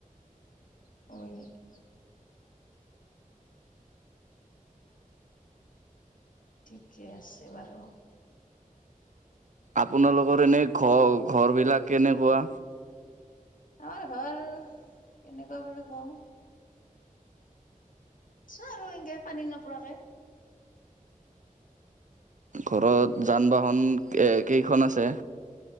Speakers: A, on the left; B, on the right.
A: হয় নেকি। ঠিকে আছে বাৰু
B: আপোনালোকৰ এনেই ঘৰ ঘৰবিলাক কেনেকুৱা।
A: আমাৰ ঘৰ কেনেকুৱা বুলি কওঁ, ছো আৰু এনেকে পানী নপৰাকে।
B: ঘৰত যান বাহন কেইখন আছে।